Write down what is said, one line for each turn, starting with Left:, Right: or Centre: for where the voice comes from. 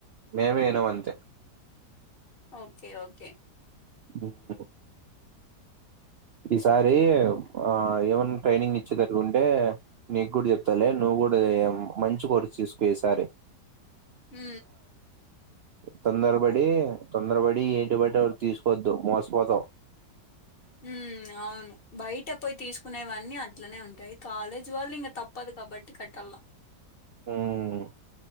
Right: మేమే వినం ఇంతే
Left: ఓకే ఓకే
Right: ఉహు ఈసారి ఆ ఏమన్నా ట్రైనింగ్ ఇచ్చేటట్లు ఉంటే నీకు కూడా చెప్తాలే నువ్వు కూడా మంచి కోర్సు తీసుకోసారి
Left: ఉ
Right: తొందర పడి తొందర పడి ఏంటి బట్టి తీసుకోవద్దు మోసపోతావ్
Left: ఉమ్ అవును బయట పోయి తీసుకునేవన్నీ అట్లనే ఉంటాయి, కాలేజీ వాళ్ళు ఇంగ తప్ ప్పదు కాబట్టి కట్టల
Right: ఉమ్